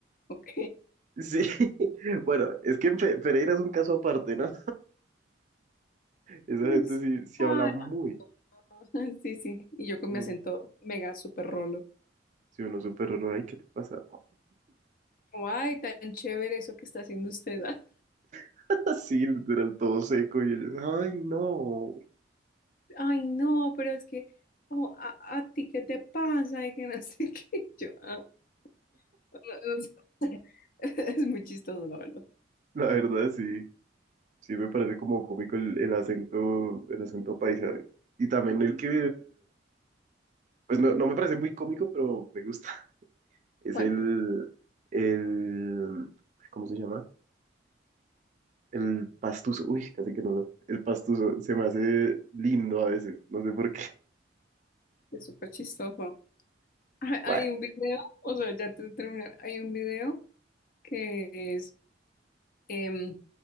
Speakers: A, on the left; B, on the right.
A: ok.
B: Sí, <laughs> bueno, es que Pe- Pereira es un caso aparte, ¿no? Esa
A: Ay,
B: gente
A: sí,
B: sí, sí
A: pan.
B: habla muy.
A: <laughs> Sí, sí. Y yo con
B: bien.
A: mi acento mega súper rolo.
B: Si uno súper raro, ay, ¿qué te pasa?
A: Como, ay, tan chévere eso que está haciendo usted. ah".
B: <laughs> Sí, literal, todo seco. Y ellos, ay, no.
A: Ay, no, pero es que, oh, a, a ti, ¿qué te pasa? Y que no <laughs> sé qué. Yo, "Ah, <laughs> no, no sé". <laughs> Es muy chistoso, la verdad.
B: La verdad, sí. Sí, me parece como cómico el, el acento, el acento paisa. Y también el que, pues no, no me parece muy cómico, pero me gusta. <laughs> Es
A: Bueno,
B: el, el, ¿cómo se llama? El pastuso. Uy, casi que no lo. El pastuso se me hace lindo a veces. No sé por qué. <laughs>
A: es súper chistoso. Hay
B: Bueno,
A: hay un video, o sea, ya te terminar, hay un video que es. Em,